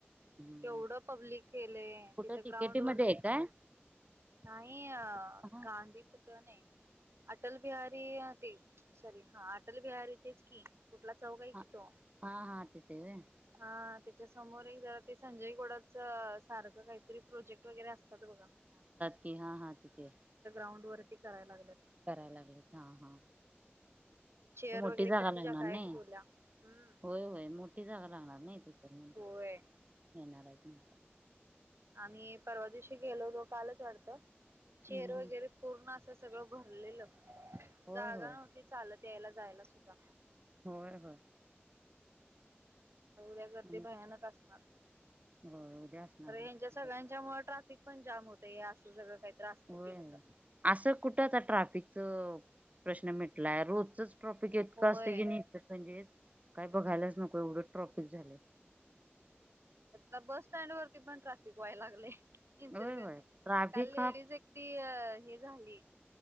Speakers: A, on the right; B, on the right.
A: हम्म
B: केवढं पब्लिक केलंय
A: कुठे
B: तिथं
A: तिकेटी
B: ग्राउंड वरती
A: मध्ये आहे काय
B: पण नाही अऽऽ
A: हा
B: गांधीत नाही,, अटल बिहारी ते सॉरी हा अटल बिहारी तेच की.. कुठला चौ क आहे
A: हा
B: कि तो
A: हा हा तिथे व्हय
B: हा त्याच्या समोर एक जरा.. ते संजय गोडावत सारखं काहीतरी प्रोजेक्ट वगैरे असतात बघा..
A: ते हा हा तिथं.
B: तोंड वरती कराय लागल्यात.
A: करायला लागलेत हा हा,,
B: चेअर
A: मोठी
B: वगैरे
A: जागा
B: किती
A: लागणार
B: ज काय
A: नाही
B: ठेवल्या,,, हम्म.
A: होय होय मोठी जागा लागणार नाही,, ते तर म्हणज
B: होय
A: येणारच न.
B: आम्ही परवा दिवशी गेलेलो, कालच वाढतं चेअर
A: हम्म
B: वगैरे
A: हम्म.
B: पूर्ण अस.. सगळं भरलेलं,,
A: होय
B: जागा
A: होय
B: नव्हती चालत, यायला जायला सुद्धा..
A: होय, होय,
B: तर ऊद्या गर्दी
A: आणि
B: भयानक असणार..
A: होय उद्या असणार
B: अरे
A: भरपूर.
B: यांच्या सगळ्यांच्या मुळं ट्राफिक पण जाम होत असं सगळं.. काही असलं
A: होय,
B: केलं तर
A: असं कुठं आता ट्राफिकच प्रश्न मिटलाय रोजचच. ट्रॉपिक येतकी
B: होय
A: असत की नाही तर म काय बघायलाच नको एवढे ट्रॉपिक झाले
B: आ,, बस स्टँड वरती पण ट्रॅफिक व्हाय लागले. इचलकरंजी
A: होय होय
B: म्हणजे,
A: ट्राफिक
B: काल लेडीज
A: हा
B: एकटी हे झाली.